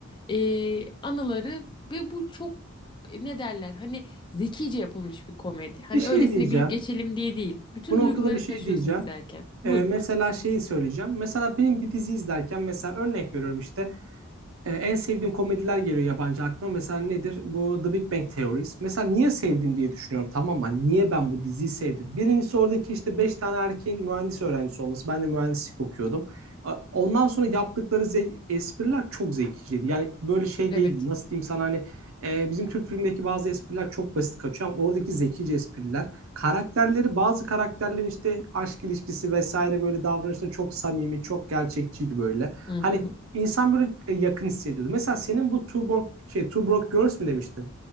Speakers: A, on the left (about 20°); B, on the right (about 85°).
A: eee anıları ve bu çok e, ne derler? Hani zekice yapılmış bir komedi. Hani
B: Bir şey
A: öylesine
B: diyeceğim.
A: gülüp geçelim diye değil. Bütün
B: Bu noktada
A: duyguları
B: bir şey
A: taşıyorsun
B: diyeceğim.
A: izlerken.
B: Ee,
A: Buyurun.
B: mesela şeyi söyleyeceğim. Mesela benim bir dizi izlerken mesela örnek veriyorum işte Ee, en sevdiğim komediler geliyor yabancı aklıma. Mesela nedir? Bu The Big Bang Theories. Mesela niye sevdim diye düşünüyorum. Tamam mı? Hani Niye ben bu diziyi sevdim? Birincisi oradaki işte 5 tane erkeğin mühendis öğrencisi olması. Ben de mühendislik okuyordum. A- Ondan sonra yaptıkları ze- espriler çok zekiciydi. Yani böyle şey
A: Evet.
B: değildi. Nasıl diyeyim sana hani e, bizim Türk filmindeki bazı espriler çok basit kaçıyor ama oradaki zekice espriler. Karakterleri bazı karakterlerin işte aşk ilişkisi vesaire böyle davranışları çok samimi, çok gerçekçiydi böyle. Hani
A: Hı hı.
B: insan böyle e, yakın hissediyordu. Mesela senin bu Two Broke, şey, Two Broke Girls mi demiştin?